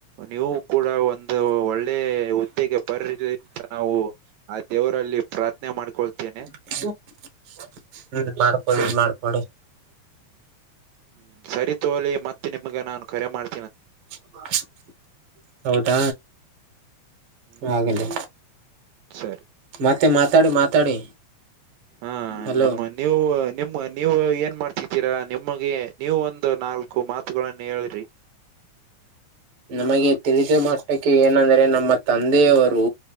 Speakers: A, on the right; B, on the right.
A: ನೀವು ಕೂಡ ಒಂದು ಒಳ್ಳೆ ಹುದ್ದೆಗೆ ಬರ್ಲಿ ಅಂತ ನಾವು ಆ ದೇವರಲ್ಲಿ ಪ್ರಾರ್ಥನೆ ಮಾಡ್ಕೊಳ್ತೇನೆ.
B: <inaudible> ಹ್ಮ್ ಮಾಡ್ಕೊಡಿ ಮಾಡ್ಕೊಡಿ
A: ಹ್ಮ್ ಸರಿ ತೋಲಿ ಮತ್ತೆ ನಿಮ್ಗೆ ನಾನ್ ಕರೆ ಮಾಡ್
B: <unintelligible> ಹೌದಾ
A: ಹ್ಮ್
B: ಹಾಗಲಿ
A: ಸರಿ
B: ಮತ್ತೆ ಮಾತಾಡಿ ಮಾತಾಡಿ
A: ಹಾ
B: ಹಲೋ
A: ನಮ್ಮ ನೀವು ನಿಮ್ ನೀವು ಏನ್ ಮಾಡ್ತಿತೀರಾ ನಿಮಗೆ ನೀವು ಒಂದು ನಾಲ್ ಕು ಮಾತುಗಳನ್ನು ಹೇಳ್ರಿ
B: ನಮಗೆ ತಿಳಿದ ಮಷ್ಟಕ್ಕೆ ಏನಂದ್ರೆ ನಮ್ಮ ತಂದೆಯವರು